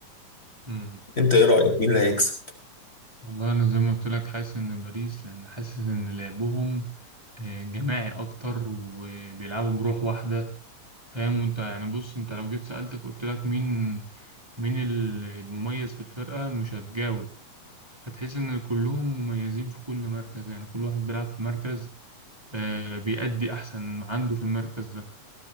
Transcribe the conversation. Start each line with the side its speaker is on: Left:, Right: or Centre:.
Right: امم
Left: انت ايه رايك مين اللي هيكسب
Right: والله انا زي ما قلت لك حاسس ان باريس لان حاسس ان لعبهم آه، جماعي اكتر وبيلعبوا بروح واحده فاهم وانت يعني بص انت لو جيت سألتك قلت لك مين مين ال- المميز في الفرقة مش هتجاوب هتحس ان كلهم مميزين في كل مركز يعني كل واحد بيلعب في مركز آه، بيأدي احسن ما عنده في المركز ده